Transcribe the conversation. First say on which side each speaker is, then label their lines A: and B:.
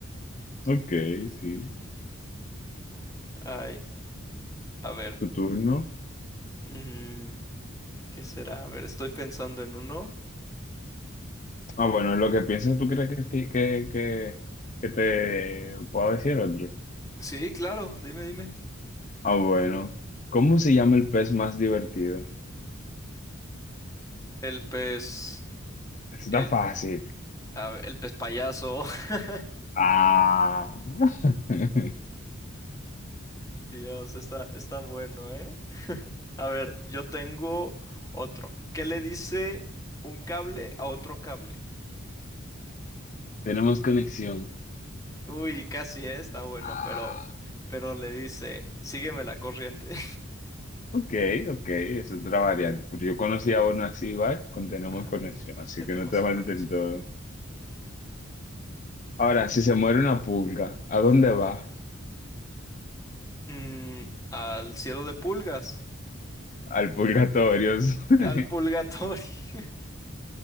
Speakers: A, on the left; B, on the left.
A: Ok, sí.
B: Ay, a ver.
A: Tu turno.
B: mm, ¿qué será? A ver, estoy pensando en uno.
A: Ah, bueno, lo que piensas, ¿tú crees que, esti- que, que, que te puedo decir otro?
B: Sí, claro, dime, dime.
A: Ah, bueno. ¿Cómo se llama el pez más divertido?
B: El pez.
A: Está
B: El,
A: fácil.
B: a ver, el pez payaso. <laughs>
A: Ah. <laughs>
B: Dios, está, está bueno, ¿eh? A ver, yo tengo otro. ¿Qué le dice un cable a otro cable?
A: Tenemos conexión.
B: Uy, casi, eh, está bueno,
A: Ah.
B: pero, pero le dice, sígueme la corriente.
A: Ok, ok, es otra variante. Porque yo conocía a uno así igual, con
B: <laughs>
A: tenemos
B: Ajá,
A: conexión, así
B: tenemos
A: que no está mal
B: conexión.
A: del todo. Ahora, si se muere una pulga, ¿a dónde va?
B: Mm, al cielo de pulgas,
A: Al purgatorio. <laughs>
B: al purgatorio. <laughs>